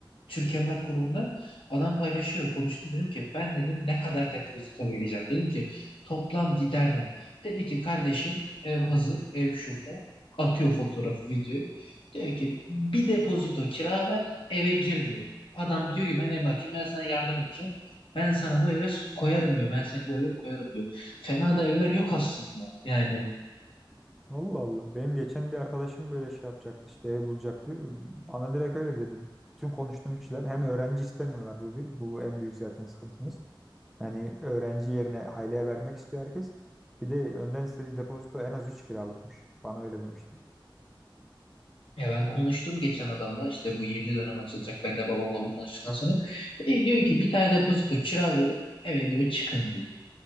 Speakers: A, on the left; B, in the centre.
A: Türk Emlak Grubu'nda adam paylaşıyor. Konuştum dedim ki ben dedim ne kadar depozito vereceğim. Dedim ki toplam gider ne? Dedi ki kardeşim ev hazır, ev şurada. Atıyor fotoğrafı, videoyu. Diyor ki bir depozito kira ver, eve gir diyor. Adam diyor ki ben emlakçıyım, ben sana yardım edeceğim. Ben sana bu eve koyarım diyor. Ben seni bu eve koyarım diyor. Fena da evler yok aslında. Yani
B: Allah Allah. Benim geçen bir arkadaşım böyle şey yapacaktı işte ev bulacaktı. Bana direkt öyle dedi. Bütün konuştuğum kişiler hem öğrenci istemiyorlar bu bir. Bu en büyük zaten sıkıntımız. Yani öğrenci yerine aileye vermek istiyor herkes. Bir de önden istediği depozito en az 3 kiralıkmış. Bana öyle demişti.
A: Ya ben konuştum geçen adamla işte bu yeni dönem açılacak. Ben de babamla bu konuştuktan sonra. E, diyor ki bir tane depozito kira verip eve diyor çıkın diyor.